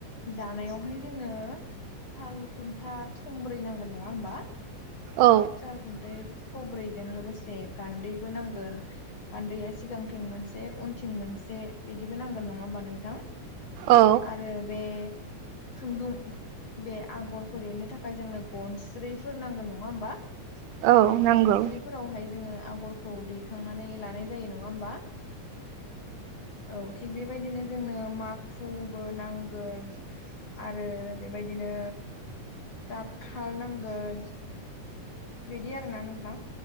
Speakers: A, on the left; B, on the right.
A: दानायाव हाय जोंनो साल खुन्था थंब्रै नांगोन नङा होमबा?
B: औ
A: सारखुनथाय थब्रै जों लोगोसे गानदैबो नांगोन गानदैया सिगांथिं मोनसे उनथिं मोनसे बेदि बो नांगोन नङा होनबाबा नोंथां
B: औ
A: आरो बे खुन्दुं बे आगरफोर एरनो थाखाय जोंनो गनस्रैफोर नांगोन नङा होमबा?
B: औ
A: बे
B: नंगौ
A: गनस्रिफोरावहाय जोङो आगरखौ दैखांनानै लानाय जायो नङा होमबा। औ थिग बेबायदिनो जोंनो माखुबो नांगोन आरो बेबायदिनो दाबखा नांगोन बिदि आरोना नोंथां